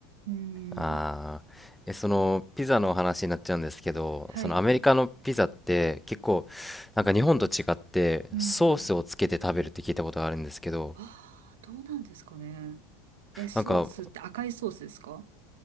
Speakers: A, on the right; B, in the centre.
A: うん、
B: ああ。え、そのピザの話になっちゃうんですけど、
A: はい。
B: そのアメリカのピザって結構なんか日本と違ってソースをつけて食べるって聞いたことがあるんですけど、
A: うん、ああ、どうなんですかね。え、ソースって赤いソースですか
B: なんか、